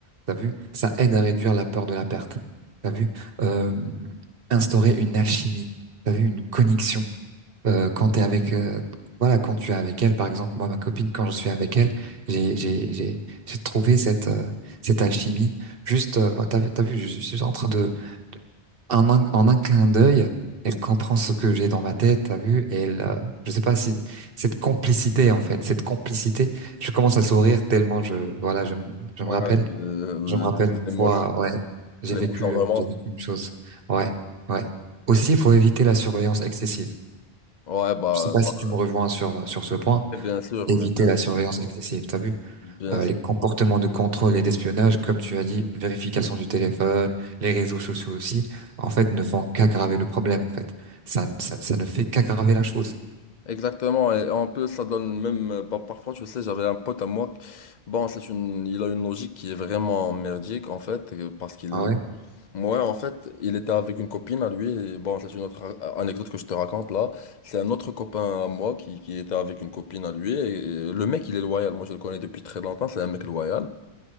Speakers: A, on the right (about 60°); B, on the left (about 55°).
A: T'as vu? Ça aide à réduire la peur de la perte. T'as vu? Euh, instaurer une alchimie. T'as vu? Une connexion. Euh, quand t'es avec, euh, voilà, quand tu es avec elle, par exemple, moi, ma copine, quand je suis avec elle, j'ai, j'ai, j'ai, j'ai trouvé cette, euh, cette alchimie. Juste, euh, t'as vu, t'as vu, je, je suis en train de, en un, en un clin d'œil, elle comprend ce que j'ai dans ma tête, t'as vu? Et elle, euh, je sais pas si cette complicité en fait, cette complicité, je commence à sourire tellement je, voilà, je, me- je
B: Ouais,
A: me rappelle,
B: euh,
A: je me rappelle d'une
B: l'émotion,
A: fois, ouais, j'ai
B: l'émotion
A: vécu,
B: vraiment.
A: euh, j'ai vécu une chose, ouais, ouais. Aussi, il faut éviter la surveillance excessive.
B: Ouais, bah,
A: Je sais pas si
B: bah,
A: tu me rejoins sur sur ce point,
B: bien sûr,
A: éviter
B: mais bien
A: la
B: sûr,
A: surveillance excessive, t'as vu?
B: bien
A: euh,
B: sûr.
A: les comportements de contrôle et d'espionnage, comme tu as dit, vérification du téléphone, les réseaux sociaux aussi, en fait, ne font qu'aggraver le problème, en fait. Ça, ça, ça ne fait qu'aggraver la chose.
B: Exactement, et en plus, ça donne même, euh, bah, parfois, tu sais, j'avais un pote à moi, bon, c'est une, il a une logique qui est vraiment merdique, en fait, euh, parce qu'il,
A: Ah ouais?
B: moi, en fait, il était avec une copine à lui, et bon, c'est une autre a- anecdote que je te raconte là, c'est un autre copain à moi qui, qui était avec une copine à lui, et, euh, le mec, il est loyal, moi, je le connais depuis très longtemps, c'est un mec loyal.